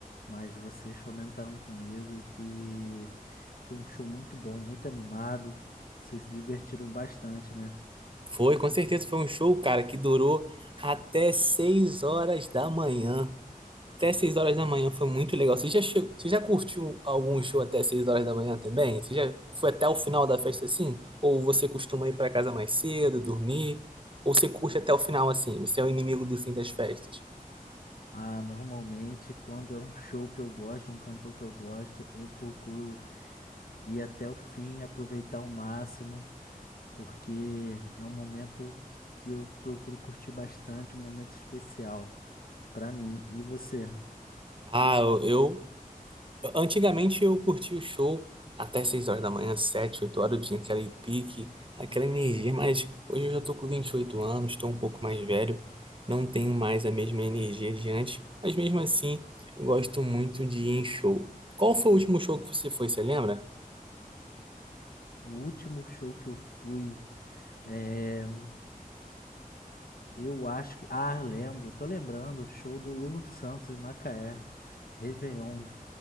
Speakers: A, on the left; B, on the right.
A: mas vocês comentaram comigo que foi um show muito bom, muito animado. Vocês se divertiram bastante, né?
B: Foi, com certeza foi um show, cara, que durou até 6 horas da manhã. Até 6 horas da manhã foi muito legal. Você já, che- você já curtiu algum show até 6 horas da manhã também? Você já foi até o final da festa assim? Ou você costuma ir para casa mais cedo, dormir? Ou você curte até o final assim? Você é o inimigo do fim das festas?
A: Ah, normalmente quando é um show que eu gosto, um cantor que eu gosto, eu procuro ir até o fim, aproveitar ao máximo, porque é um momento que eu procuro curtir bastante, um momento especial pra mim. E você?
B: Ah, eu, eu Antigamente eu curtia o show até 6 horas da manhã, 7, 8 horas, eu tinha aquele pique, aquela energia, mas hoje eu já tô com 28 anos, estou um pouco mais velho, não tenho mais a mesma energia de antes, mas mesmo assim eu gosto muito de ir em show. Qual foi o último show que você foi, você lembra?
A: O último show que eu fui. eh, Eu acho que. Ah, lembro, tô lembrando, o show do Lulu Santos em Macaé, Réveillon,